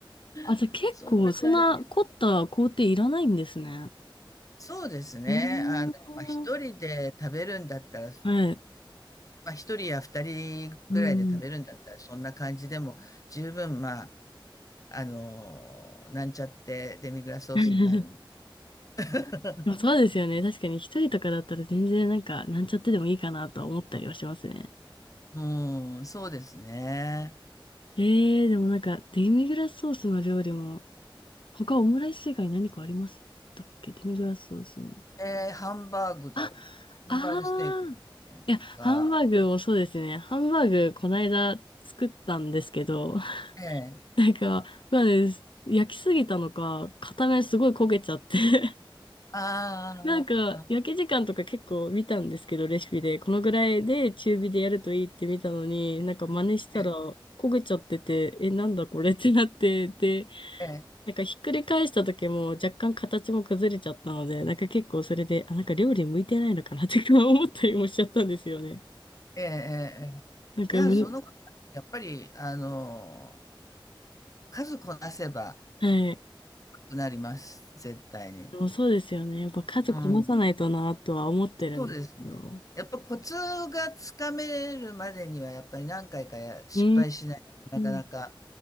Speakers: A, on the left; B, on the left.
A: あ。あ、じゃあ結構、
B: <laughs> そんな感
A: そんな凝った工程いらないんですね。
B: そうですね。
A: うーん。
B: あの、まあ、一人で食べるんだったら、
A: はい。
B: まあ、一人や二人ぐらいで食べるんだったら、
A: うん。
B: そんな感じでも十分、まあ、あの、なんちゃってデミグラスソースになるんで。
A: <laughs>
B: <laughs>
A: でもそうですよね。確かに一人とかだったら全然なんか、なんちゃってでもいいかなとは思ったりはしますね。
B: うん、そうですね。
A: えー、でもなんか、デミグラスソースの料理も、他オムライス以外何かありましたっけデミグラスソースの。
B: えーハンバーグだ、
A: あ、あ
B: ハンバーグステーキだったりとか、
A: あ。いや、ハンバーグもそうですね。ハンバーグ、こないだ作ったんですけど、<laughs>
B: ええ、
A: なんか、まあね、焼きすぎたのか、片面すごい焦げちゃって。<laughs>
B: ああ、
A: なんか、焼き時間とか結構見たんですけど、レシピで。このぐらいで中火でやるといいって見たのに、なんか真似したら焦げちゃってて、
B: ええ、
A: え、なんだこれってなって、で、
B: ええ、
A: なんかひっくり返した時も若干形も崩れちゃったので、なんか結構それで、あ、なんか料理向いてないのかなってか <laughs> 思ったりもしちゃったんですよね。
B: ええ、ええいや、
A: なんか、む
B: その、やっぱり、あの、数こなせば、
A: はい。
B: なります、絶対に。
A: でもそうですよね。やっぱ数こなさないとなとは思ってるんですけど。
B: うん。そうですね。やっぱコツがつかめるまでには、やっぱり何回かや失敗しないとなかなか、
A: うーん。